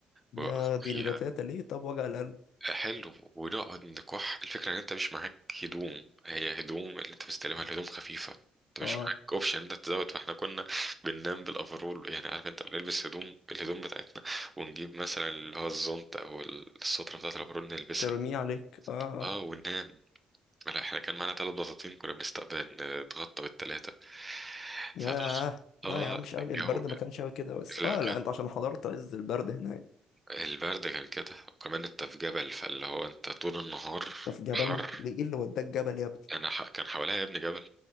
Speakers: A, on the left (about 75°); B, on the right (about 15°).
A: يا
B: ويوقف
A: دي
B: فيها
A: الجتاتة ليه طب وجع القلب
B: حلو ونقعد نكح الفكرة ان انت مش معاك هدوم هي هدوم اللي انت مستلمها الهدوم خفيفة انت مش
A: اه
B: معاك اوبشن انت تزود فاحنا كنا بننام بالافرول يعني عارف انت بنلبس هدوم الهدوم بتاعتنا ونجيب مثلا اللي هو الزونت او السترة بتاعت الافرول نلبسها
A: ترميه عليك اه
B: اه وننام لا، احنا كان معانا ثلاث بساطين كنا بنستقبل نتغطى بالثلاثة
A: ياه
B: فتقص
A: لا
B: اه
A: يا عم مش قوي
B: الجو
A: البرد ما كانش قوي كده بس
B: لا
A: اه
B: كان
A: لا انت عشان حضرت عز البرد هناك
B: البرد كان كده وكمان انت في جبل فاللي هو انت طول النهار
A: ده في جبل
B: حر
A: ليه ايه اللي وداك جبل يا
B: كان ح... كان حواليها يا ابني جبل